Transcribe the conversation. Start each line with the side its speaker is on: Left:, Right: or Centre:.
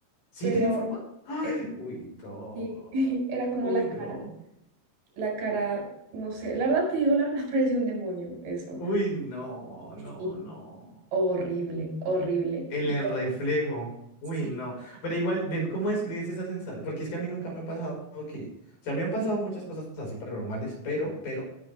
Left: ¿sí
Right: pero
Left: tenía forma? Ay,
Right: eh,
Left: uy, no.
Right: sí, <laughs> era como
Left: Uy,
Right: la
Left: no.
Right: cara La cara, no sé, la verdad te digo, la verdad <laughs> parecía un demonio eso.
Left: Uy, no, no,
Right: Sí,
Left: no.
Right: Horrible, horrible.
Left: En
Right: Yo,
Left: el reflejo. Uy,
Right: sí.
Left: no. Pero igual, ven, ¿cómo describes esa sensación? Porque es que a mí nunca me ha pasado que, o sea, me han pasado muchas cosas así paranormales, pero, pero